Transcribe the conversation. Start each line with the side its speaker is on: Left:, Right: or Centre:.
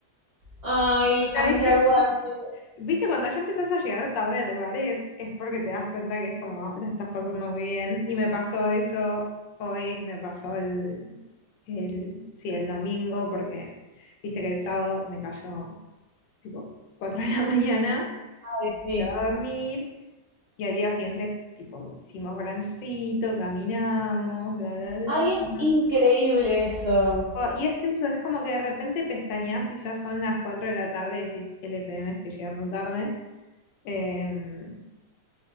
Right: Ay,
Left: <laughs>
Right: ay, aguante.
Left: Viste, cuando ya empezás a llegar tarde a lugares, es porque te das cuenta que es como la estás pasando muy bien. Y me pasó eso hoy, me pasó el, el, sí, el domingo, porque viste que el sábado me cayó tipo 4 <laughs> de la mañana
Right: Ay, sí.
Left: a dormir. Y al día siguiente, tipo, hicimos brunchcito, caminamos, bla, bla, bla.
Right: Ay, es
Left: ¿no?
Right: increíble eso.
Left: Oh, Y es eso, es como que de repente pestañas y ya son las 4 de la tarde y decís, LPM, estoy llegando tarde. Em,